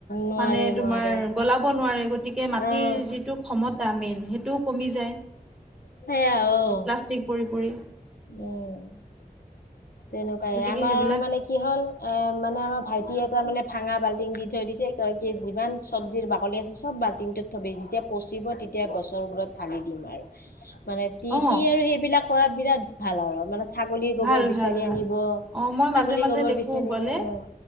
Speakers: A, on the left; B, in the centre.
A: নোৱাৰে,
B: মানে তোমাৰ
A: নোৱাৰে।
B: গলাব নোৱাৰে গতিকে মাটিৰ
A: অ',
B: যিটো ক্ষমতা মেইন সেইটোও কমি যায়
A: সেয়া ঔ
B: প্লাষ্টিক পৰি পৰি
A: উম। তেনেকুৱাই
B: গতিকে
A: আমাৰ
B: সেইবিলাক
A: মানে কি হ'ল এ মানে আমাৰ ভাইটিে এটাৰ মানে ভাঙা বাল্টিং দি থৈ দিছে তই কি যিমান চব্জিৰ বাকলি আছে চব বাল্টিংটোত থবি যেতিয়া পচিব তি তিয়া গছৰ গুৰত ঢালি দিম আৰু। মানে
B: অ
A: সি আৰু সেইবিলাক কৰা বিৰাট ভাল আৰু মানে ছাগলীৰ গোবৰ
B: ভাল
A: বিচাৰি
B: ভাল ভাল
A: আনিব,
B: অ মই
A: ছাগলী
B: মাজে মাজে
A: গোবৰ
B: দেখো
A: বিচাৰি
B: গ'লে
A: এ অ।